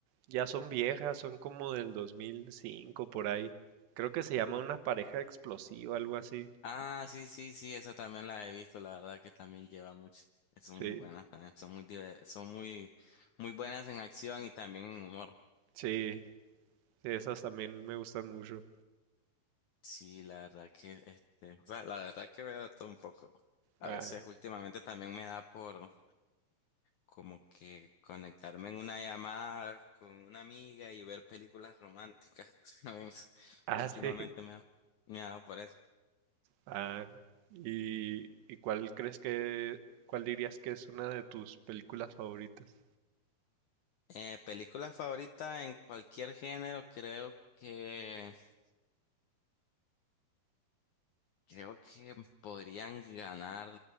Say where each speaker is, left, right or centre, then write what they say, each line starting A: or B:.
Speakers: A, on the right (about 85°); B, on the left (about 80°).
A: ya son viejas, son como del 2005 por ahí. Creo que se llama Una pareja explosiva, algo así.
B: Ah, sí, sí, sí, esa también la he visto, la verdad que también lleva mucho. Son
A: Sí,
B: muy buenas también, son muy, diver- son muy, muy buenas en acción y también en humor.
A: sí, sí, esas también me gustan mucho.
B: Sí, la verdad que, este, o sea, la verdad que veo de todo un poco. A
A: Ah,
B: veces
A: <laughs>
B: últimamente también me da por como que conectarme en una llamada con una amiga y ver películas románticas. <laughs> ¿sabes?
A: ah,
B: Últimamente
A: sí.
B: me ha me ha dado por eso.
A: Ah, y, ¿y cuál crees que, cuál dirías que es una de tus películas favoritas?
B: Eh, película favorita en cualquier género, creo que. Creo que podrían ganar